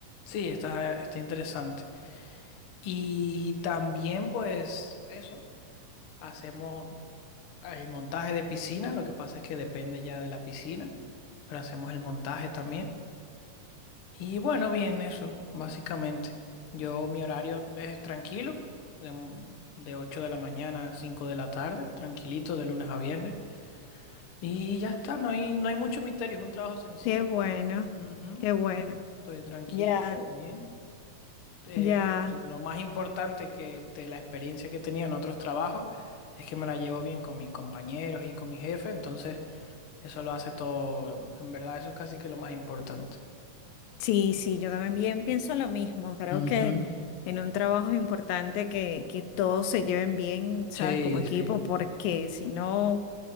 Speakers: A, on the left; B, on the left.
A: Sí, está, está interesante. Y también, pues, eso, hacemos el montaje de piscina, lo que pasa es que depende ya de la piscina, pero hacemos el montaje también. Y bueno, bien, eso, básicamente. Yo, mi horario es tranquilo, de, de 8 de la mañana a 5 de la tarde, tranquilito, de lunes a viernes. Y ya está, no hay, no hay mucho misterio, es un trabajo sencillo.
B: Qué bueno,
A: Ujú.
B: qué bueno.
A: Estoy tranquilo,
B: Ya,
A: bien. eh,
B: ya.
A: lo más importante que de la experiencia que he tenido en otros trabajos es que me la llevo bien con mis compañeros y con mi jefe, entonces eso lo hace todo, en verdad eso es casi que lo más importante.
B: Sí, sí, yo también pienso lo mismo. Creo
A: Ujú.
B: que en un trabajo es importante que, que todos se lleven bien, ¿sabes?
A: Sí,
B: Como equipo,
A: sí,
B: porque si no...